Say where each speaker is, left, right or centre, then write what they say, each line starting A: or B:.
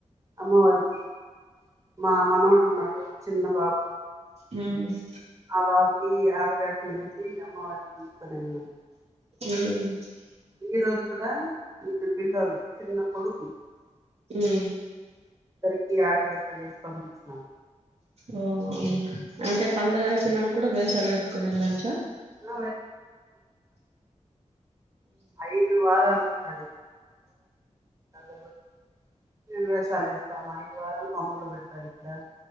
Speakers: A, on the right (about 25°); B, on the right (about 60°).
A: అమ్మవారికి మా మనవడు ఉన్నాడు చిన్న బాబు
B: మ్
A: ఆ బాబుకి ఆడవేషం వేసి అమ్మవారిని తీస్కోనెళ్ళినాం
B: మ్
A: ఈ రోజు కూడా ఇద్దురు పిల్లోల్లు చిన్న కొడుకులు
B: మ్
A: <unintelligible> ఆడ వేషాలేసి పంపిచ్చినాం
B: ఓ అవును అంటే పండుగ అయిపోయినాక కూడా వేషాలు వేసుకొని వెళ్ళచ్చా
A: <inaudible> ఐదు వారాలు అది <inaudible> మేము వేషాలేస్తాము ఐదు వారాలు పొంగల్లు పెడతారిక్కడ